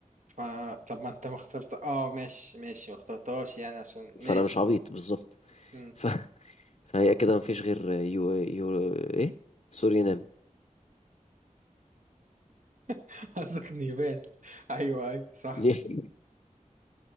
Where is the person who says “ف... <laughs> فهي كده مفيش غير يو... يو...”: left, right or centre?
Left